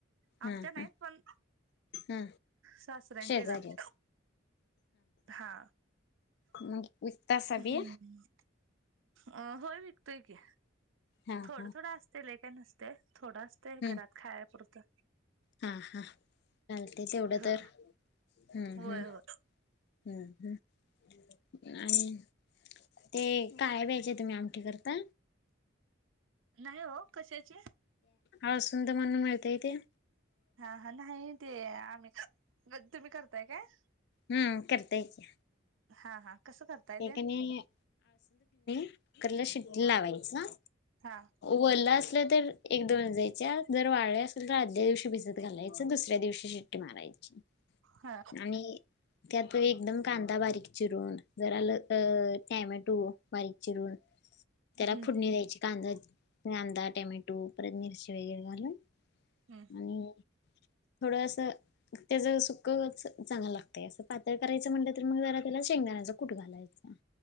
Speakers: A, on the right; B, on the left.
A: आमच्या
B: हा
A: नाहीत
B: हा
A: पण,
B: हा
A: सासऱ्यांचेच
B: शेजारी
A: आमच्या
B: आहेत.
A: हा
B: मग विकतासा
A: हम्म
B: बी?
A: अ होय विकतोय की
B: हा हा
A: थोडं थोडं असतील एक ते नसतय थोडं असतय
B: हम्म
A: घरात खाया पुुरतं.
B: हा हा चालते तेवढं
A: हा
B: तर हम्म
A: होय
B: हम्म
A: होय
B: हम्म हम्म आणि ते काय <unintelligible> तुम्ही आमटी करता?
A: नाही हो कशाची
B: आ सुंदर बनवून मिळतय ते इथे.
A: हा हा नाही ते आम्ही. - तुम्ही करताय काय?
B: हम्म करता य की.
A: हा हा कसं करताय
B: ते कनी <unintelligible> कुकरला शिट्टी लावायचं
A: हा
B: वल्ल असलं तर एक दोन जायचे वाळले असेल तर आदल्या दिवशी भिज घालायचं दुसऱ्या दिवशी ते शिट्टी मारायची
A: हा
B: आणि त्या तू एकदम का बारीक चिरून जरा आलं त टॅमॅटो बारीक चिरून त्याला
A: हम्म
B: फुडणी द्यायची कांदा कांदा, टोमॅटो, परत मिरची वगैर घालून
A: हम्म
B: आणि थोडस त्याच सुक चांगलं लागतंय असं पातळ करायचं म्हणल तर मग जरा त्याला शेंगदाण्याच कुट घालायचा.